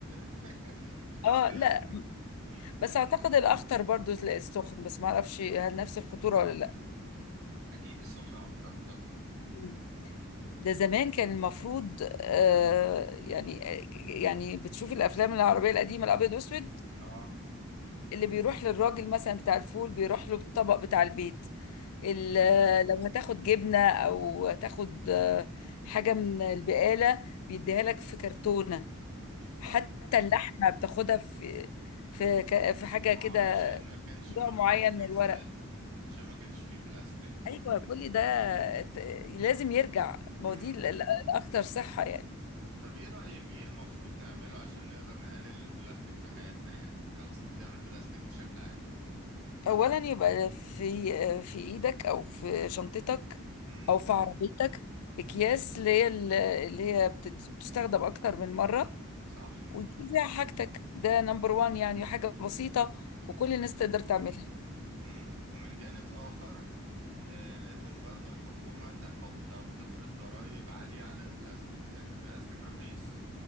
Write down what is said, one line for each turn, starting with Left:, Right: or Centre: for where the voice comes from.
Right: <laughs> في كيس
Left: اه
Right: بلاستيك
Left: لا
Right: مم.
Left: بس اعتقد الاخطر برضو السخن بس ما اعرفش هل نفس الخطوره ولا
Right: اكيد السخنة اكتر طبعا
Left: لا ده زمان كان المفروض آه يعني يعني بتشوفي الافلام العربيه القديمه الابيض واسود
Right: اه
Left: اللي بيروح للراجل مثلا بتاع الفول بيروح له الطبق بتاع البيت ال-
Right: مم.
Left: آه، لو هتاخد جبنه او هتاخد آه، حاجه من البقاله بيديها لك في كرتونه
Right: بالظبط
Left: حتى اللحمه بتاخدها في في ك- في حاجه
Right: اه
Left: كده
Right: عشان ما كانش فيه
Left: نوع معين
Right: بلاستيك
Left: من الورق
Right: ساعتها عشان ما كانش فيه بلاستيك
Left: ايوه كل ده ت- لازم يرجع
Right: مم.
Left: ما هو دي ال- ال- الاكتر صحه يعني
Right: طب ايه رأيك ايه المفروض نعمله عشان نقدر نقلل البلاستيك في حياتنا يعني او استخدام البلاستيك بشكل عام
Left: اولا يبقى في في ايدك او في شنطتك
Right: مم.
Left: او في عربيتك اكياس اللي هي اللي هي بتت- بتستخدم اكتر من مره
Right: صح
Left: وتجيب فيها حاجتك ده نمبر وان يعني حاجه بسيطه وكل الناس تقدر تعملها
Right: مم. ومن جانب اخر آه، لازم برضو الحكومة تحط أو تفرض ضرائب عالية على البلاستيك لأن البلاستيك رخيص